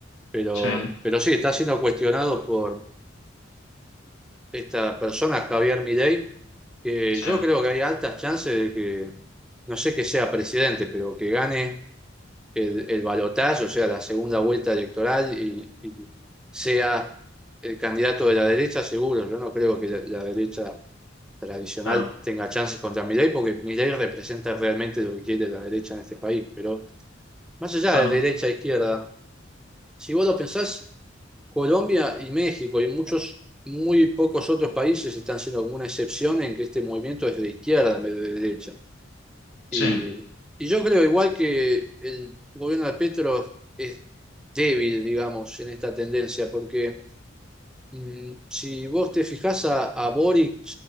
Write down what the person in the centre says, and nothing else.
pero,
pero sí, está siendo cuestionado por esta persona, Javier Milei, que
yo creo que hay altas chances de que, no sé que sea presidente, pero que gane el, el balotaje, o sea, la segunda vuelta electoral, y, y sea el candidato de la derecha, seguro. Yo no creo que la, la derecha tradicional
tenga chances contra Milei, porque Milei representa realmente lo que quiere la derecha en este país. Pero más allá
de derecha e izquierda, si vos lo pensás, Colombia y México y muchos, muy pocos otros países están siendo como una excepción en que este movimiento es de izquierda en vez de derecha. Y,
y yo creo igual que el gobierno de Petro es débil, digamos, en esta tendencia, porque mm, si vos te fijás a, a Boric